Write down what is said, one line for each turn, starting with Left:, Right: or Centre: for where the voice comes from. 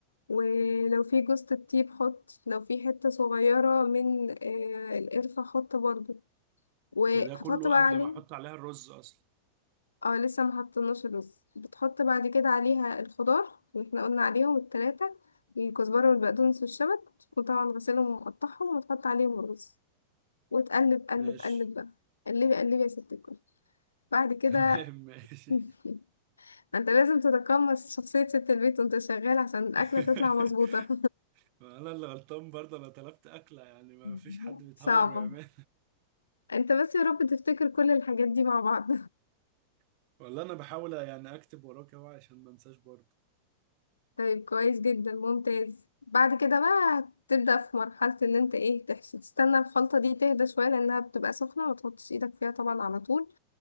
Left: ولو في جوزة الطيب حط لو في حتة صغيرة من آه، القرفة حط برضو وهتحط
Right: ده ده كله
Left: بقى
Right: قبل
Left: عليه
Right: ما احط عليها الرز اصلا
Left: اه لسه ما حطيناش الرز بتحط بعد كده عليها الخضار اللي احنا قلنا عليهم التلاتة الكزبرة والبقدونس والشبت تكون طبعا غسلهم ومقطعهم وتحط عليهم الرز وتقلب قلب
Right: ماشي
Left: قلب بقى قلبي قلبي يا ست الكل بعد كده
Right: <laughs> تمام ماشي
Left: <laughs> انت لازم تتقمص شخصية ست البيت وانت شغال عشان الأكلة
Right: <laughs>
Left: تطلع مظبوطة
Right: ما انا اللي غلطان برضه انا طلبت اكلة يعني ما
Left: <laughs>
Right: فيش حد بيتهور
Left: صعبة
Right: ويعمل
Left: انت بس يا رب تفتكر كل الحاجات دي مع بعض
Right: <laughs> ولا انا بحاول يعني اكتب وراك اهو عشان ما انساش برضه
Left: طيب كويس جدا ممتاز بعد كده بقى تبدأ في مرحلة ان انت ايه تحشي تستنى الخلطة دي تهدى شوية لانها بتبقى سخنة ما تحطش ايدك فيها طبعا على طول